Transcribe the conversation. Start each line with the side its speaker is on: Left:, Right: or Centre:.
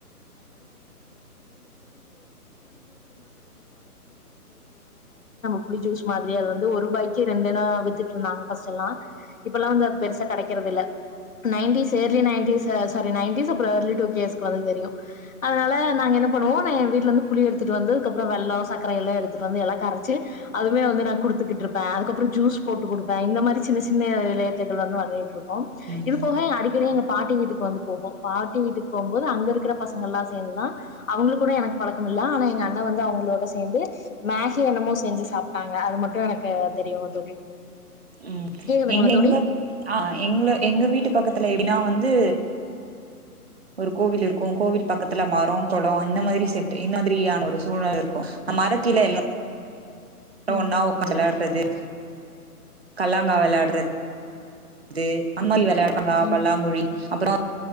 Left: <unintelligible> ஜூஸ் மாதிரி அது வந்து ஒருரூபாய்க்கு ரெண்டநா வித்துட்டுருந்தாங்க ஃபர்ஸ்ட் எல்லா இப்பெல்லா வந்து அது பெருசா கெடைக்கறது இல்ல nineties early nineties sorry nineties அப்றோ இயர்லி டுகேஸ்கு வந்து தெரியு அதனால நாங்க என்ன பண்ணுவோ என் வீட்ல இருந்து புளி எடுத்துட்டு வந்து அதுக்கப்றோ வெல்லம் சக்கரையெலா எடுத்துட்டு வந்து எல்லா கரச்சி அதுமே வந்து நா குடுத்துக்கிட்டு இருப்பே அதுக்கப்றோ ஜூஸ் போட்டு குடுப்பே இந்த மாரி சின்ன சின்ன வெளையாட்டுகள்லா தா வெளயாட்ருகோ
Right: ம்
Left: இது போக அடிக்கடி எங்க பாட்டி வீட்டுக்கு வந்து போவோ பாட்டி வீட்டுக்கு போகும்போது அங்க இருக்கற பசங்க எல்லா சேந்துதா அவுங்ககூட எனக்கு பழக்கம் இல்ல ஆனா எங்க அண்ணா வந்து அவங்களோட சேந்து மேகி என்னமோ செஞ்சி சாப் பாங்க அது மட் எனக்கு தெரியுங்க தோழி
Right: ம்,
Left: கேக்குதுங்களா
Right: எங்க
Left: தோழி
Right: எங்க ஆ, எங்க எங்க வீட்டு பக்கத்துல எப்டினா ஆ வந்து ஒரு கோவில் இருக்கு கோவில் பக்கத்துல மரோ கொளோ இந்த மாதிரி செட்டு இந்த மாதிரியான ஒரு சூழல் இருக்கு அ மர கிளையில்ல
Left: ம்
Right: ஒன்னா ஒக் ஊஞ்சலாட்றது றது கல்லாங்கா வெளாட்றது அந்தமாரி வெ விளையாக்கங்கா
Left: ம்
Right: பல்லாங்குழி அப்பறோ